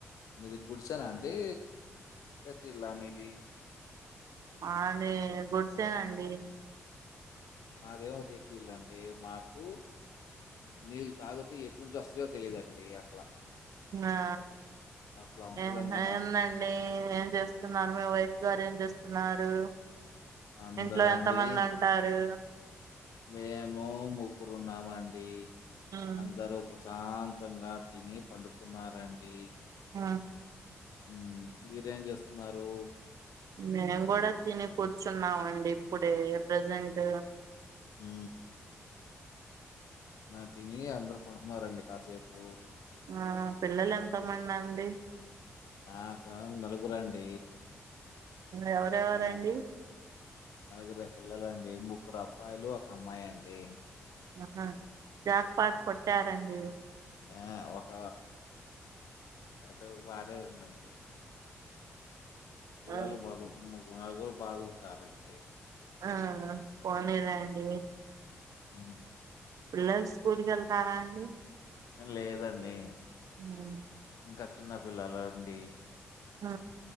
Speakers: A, on the left; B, on the right.
A: మీది గుడిసనా అంటడి పెద్ద ఇల్లా మీది
B: అదే గుడిసె అండి
A: మాదేమో రీట్లీల్లండి మాకు నీరు తాగతే ఎట్ నుంచి వస్తుయో తెలిదండి అట్లా
B: ఆ
A: అట్లా ఉంటదండి
B: ఏందండి
A: మా
B: ఏం చేస్తున్నారు మీ వైపు వైఫ్ గారు ఏం చేస్తున్నారు
A: అందరండి
B: ఇంట్లో ఎంత మంది ఉంటారు
A: మేము ముగ్గురు ఉన్నామండి
B: ఉమ్
A: అందరూ ప్రశాంతంగా తిని పండుకున్నారండి
B: ఆ
A: హు మీరేం చేస్తున్నారు
B: మేము కూడా తిని కూర్చున్నాం అండి ఇప్పుడే ప్రజెంట్
A: హు మా తిని అందరు పడుకున్నారండి కాసేపు
B: ఆ పిల్లలు ఎంత మంది అండి
A: నాకా నలుగురండి
B: ఎవరెవరండి
A: ఆ నలుగురు పిల్లలు అండి ముగ్గురు అబ్బాయిలు ఒక అమ్మాయి అండి
B: ఆహా జాక్ పాట్ కొట్టారండి
A: ఆ ఒక అటు భార్య ఉందండి పిల్లలు
B: ఆ
A: బాగు నలుగురు బాగుంటారండి
B: ఆ పోనీలెండి
A: హ్మ్మ్
B: పిల్లలు స్కూల్కి వెళ్తారా అండి
A: లేదండి
B: హు
A: ఇంకా చిన్నపిల్లలు అండి
B: హు